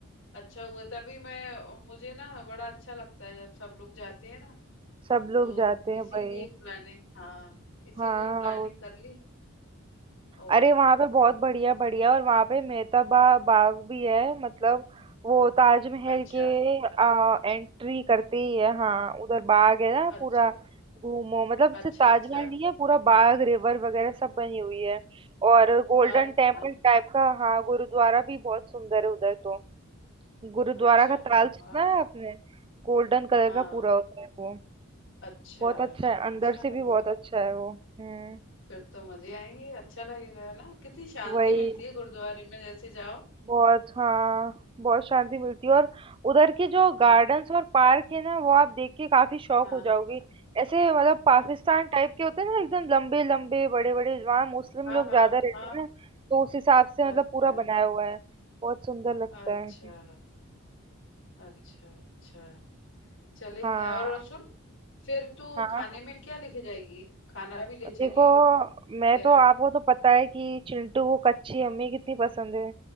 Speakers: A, on the left; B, on the right.
A: अच्छा हुआ तभी मैं मुझे ना बड़ा अच्छा लगता है जब सब लोग जाते हैं ना
B: सब लोग
A: तो
B: जाते हैं
A: इसीलिए
B: भाई
A: प्लानिंग हाँ इसीलिए
B: हाँ
A: प्लानिंग कर ली और
B: अरे वहां पे बहुत बढ़िया बढ़िया और वहां पे मेहताबा बाग भी है मतलब वो ताजमहल
A: अच्छा
B: के आ, एंट्री करते ही है हाँ उधर बाग है ना
A: अच्छा
B: पूरा घूमो मतलब
A: अच्छा
B: सिर्फ ताजमहल
A: अच्छा
B: नहीं है पूरा बाग रिवर वगैरह सब बनी हुई है और गोल्डन
A: अच्छा
B: टेम्पल टाइप का हाँ गुरुद्वारा भी बहुत सुंदर है उधर तो गुरुद्वारा
A: अच्छा
B: का ताल सुना
A: हाँ
B: है आपने गोल्डन कलर
A: हाँ
B: का पूरा होता है वो
A: अच्छा
B: बहुत अच्छा
A: अच्छा
B: है अंदर से भी
A: अरे
B: बहुत
A: वाह
B: अच्छा है वो हम्म
A: फिर तो मजे आएंगे अच्छा लगेगा है ना कितनी शांति
B: वही
A: मिलती है गुरुद्वारे में जैसे जाओ
B: बहुत हाँ बहुत शांति मिलती है और उधर के जो
A: हाँ
B: गार्डन्स और पार्क है ना वो आप देख के काफी शौक
A: हाँ
B: हो जाओगी ऐसे मतलब पाकिस्तान
A: अच्छा
B: टाइप के होते हैं ना एकदम लंबे लंबे बड़े बड़े वहाँ मुस्लिम
A: हाँ
B: लोग
A: हाँ
B: ज्यादा रहते
A: हाँ
B: हैं ना तो उस हिसाब से
A: अच्छा
B: मतलब पूरा बनाया हुआ है बहुत सुंदर लगता
A: अच्छा
B: है
A: अच्छा अच्छा चलेंगे
B: हाँ
A: और सुन फिर तू
B: हाँ
A: खाने में क्या लेके जाएगी खाना भी ले
B: देखो
A: चलियो
B: मैं
A: यार
B: तो आपको तो पता है कि चिंटू को कच्ची अम्मी कितनी पसंद है